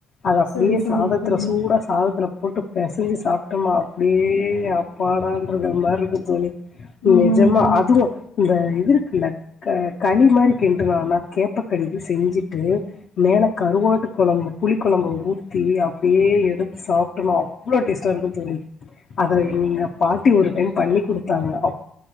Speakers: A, on the left; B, on the left.
A: அது அப்படியே
B: சரி சரிங்க
A: சாதத்துல
B: தோழி
A: சூடா சாதத்துல போட்டு பெசைஞ்சு சாப்பிட்டோம்மா அப்படியே அப்பாடான்றது மாதிரி இருக்கு தோழி
B: ஆமாங்க
A: நெஜமா
B: தோழி
A: அதுவு இந்த இது இருக்குல்ல க களி மாரி கிண்டுனனா கேப்ப களி செஞ்சுட்டு மேல கருவாட்டு கொழம்பு புளிக் கொழம்ப ஊத்தி அப்டி அப்டியே எடுத்து சாப்டோனா அவ்ளோ டேஸ்ட்டா இருக்கு தோழி அத எங்க பாத்தி ஒரு டைம் பண்ணி குடுத்தாங்க அப்